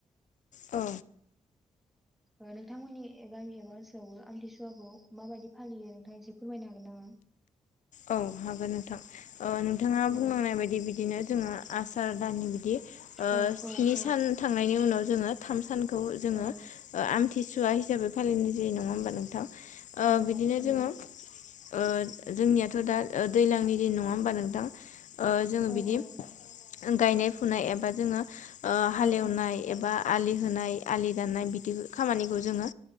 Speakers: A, on the left; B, in the centre.
A: औ।
B: औ नोंथांमोननि गामि एबा ओनसोलावबो आमथिसुवाखौ माबायदि फालियो नोंथां एसे फोरमाय हागोन नामा?
A: औ हागोन नोंथां। नोंथाङा बुंनांनाय
B: औ
A: बायदि बिदिनो जोङो आसार दाननि बिदि
B: औ
A: स्नि
B: औ औ
A: सान थांनायनि उनाव जोङो थाम सानखौ जोङो
B: औ
A: आमथिसुवा हिसाबै फालिनाय जायो नङा होमबा नोंथां। बिदिनो
B: औ औ थारैनो
A: जोङो ओ जोंनिया थ' दा दैज्लांनि दिन नङा होमबा नोंथ ओां जोङो
B: औ
A: बिदि
B: औ
A: गायनाय फुनाय एबा जोङो ओ हालेवनाय
B: औ
A: एबा आलि होनाय आलि दाननाय बिदि खामानिखौ जोङो